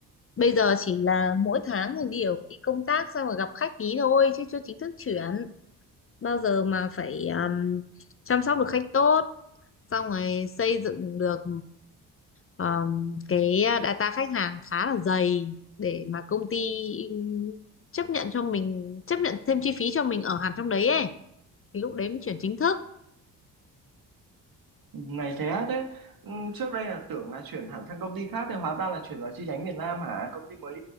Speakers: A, on the left; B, on the right.
A: bây giờ chỉ là mỗi tháng thì đều đi công tác xong rồi gặp khách tí thôi chứ chưa chính thức chuyển bao giờ mà phải um, chăm sóc được khách tốt xong rồi xây dựng được um, cái data khách hàng khá là dày để mà công ty um, chấp nhận cho mình chấp nhận thêm chi phí cho mình ở hẳn trong đấy ấy thì lúc đấy mới chuyển chính thức
B: Ừ, Này thế á, thế ừ, trước đây là tưởng là chuyển hẳn sang công ty khác thì hóa ra là chuyển vào chi nhánh miền Nam hả? Công ty mới